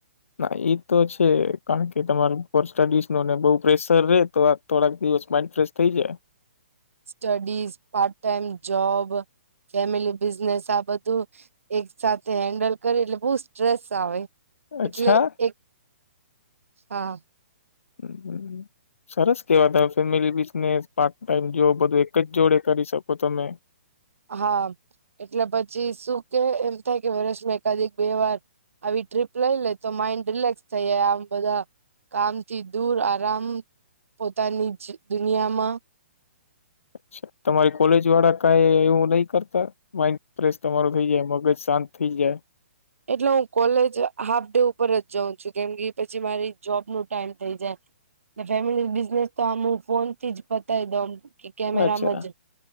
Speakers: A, on the left; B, on the right.
A: ના એ તો છે કારણ કે તમાર ઉપર સ્ટડીઝ નોને બહુ પ્રેશર રે તો આ થોડાક દિવસ માઇન્ડ ફ્રેશ થઈ જાય.
B: Studies part time job family business આ બધું એક સાથે હેન્ડલ કરી એટલે બહું સ્ટ્રેસ આવે
A: અચ્છા
B: એટલે એક હા.
A: હમ્મ હમ્મ. સરસ કેવા તમે family business part time job બધું એક જ જોડે કરી શકો તમે
B: હા એટલે પછી શું કે એમ થાય કે વર્ષમાં એકાદ બે વાર આવી ટ્રીપ લઈ લે તો માઈન્ડ રિલેક્સ થઈ જાય આમ બધા કામથી દૂર આરામ પોતાની જ દુનિયામાં
A: અચ્છા તમારી કોલેજ વાળા કઈ એવું નહી કરતા? માઇન્ડ ફ્રેશ તમારું થઈ જાય મગજ શાંત થઈ જાય.
B: એટલે હું કોલેજ હાફ ડે ઉપર જ જાઉં છું કેમ કે પછી મારી જોબ ન ટાઈમ થઈ જાય. ફેમિલી બિઝનેસ તો આમું ફોનથી જ પતાવી દઉમ કે કેમેરામાં
A: અચ્છા
B: જ.